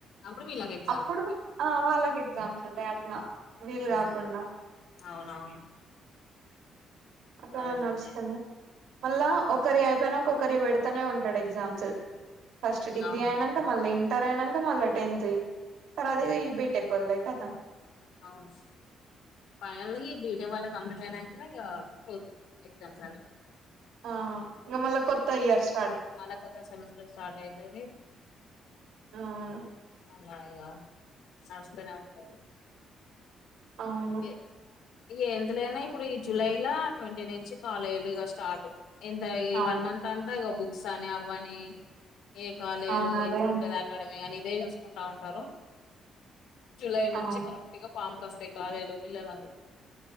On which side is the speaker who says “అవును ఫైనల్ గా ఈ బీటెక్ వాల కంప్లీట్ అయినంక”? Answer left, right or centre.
Left